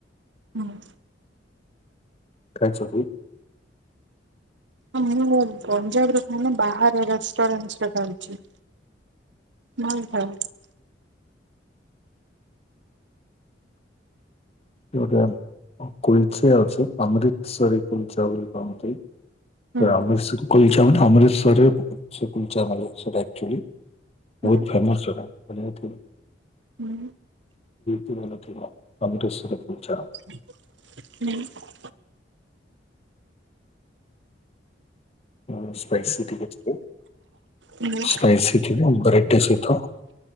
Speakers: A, on the right; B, on the left.
A: ହଁ।
B: କ ସ <inaudible>
A: ହଁ ମୁଁ ପଞ୍ଜାବ ରେ ଖାଇନି ବାହାରେ ରେଷ୍ଟରାନ୍ସ୍ ରେ ଖାଉଚି। ଭଲ ଭଲ <inaudible>
B: ଗୋଟେ କୁଲ୍ ଚେ ଅଛି ଅମୃତସରୀ କୁଲ୍ ଚା ବୋଲି କହନ୍ତି।
A: ହୁଁ
B: ସେ ଅମୃତସରୀ କୁଲ୍ ଚା ମାନେ ଅମୃତସରୀ ସେ କୁଲ୍ ଚା ମାନେ ସେଟା ଆକ୍ଚୁଆଲି
A: ହୁଁ
B: ବହୁତୁ ଫେମସ୍ ସେରା ମରେ ପୂଚ
A: ହୁଁ
B: <inaudible> ଅମୃତିସର କୁଲ୍ ଚା।
A: ହୁଁ
B: ହୁଁ ସ୍ପାଇସି ଟିିକେ ଥିବ
A: ହୁଁ।
B: ସ୍ପାଇସି ଥିବ ବେରାଇଟି୍ ସଇଥ